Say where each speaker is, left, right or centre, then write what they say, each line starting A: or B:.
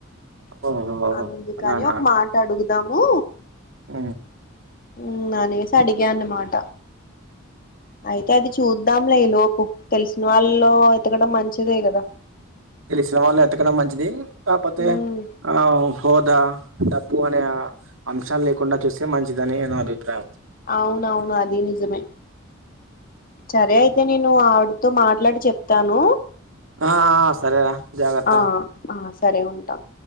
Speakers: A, on the right; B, on the left.
A: ఓహో
B: అందుకని
A: అలానా
B: ఒక మాట అడుగుదాము
A: ఆ
B: హూ అనేసి అడిగాన్న మాట అయితే అది చూద్దా ము లే ఈలోపు తెలిసిన వాళ్ళలో వెతకడం మంచిదే కదా
A: తెలిసిన వాళ్ళు ఎతకడం మంచిది కాకపోతే
B: ఉమ్
A: ఆ హోదా డబ్బు అనే అంశాలు లేకుండా చూస్తే మంచిదని నా అభిప్రాయం
B: అవునవును అది నిజమే సరే అయితే నేను ఆవిడతో మాట్లాడి చెప్తాను
A: ఆ సరేరా జాగ్రత్త
B: ఆ ఆ సరే ఉంటా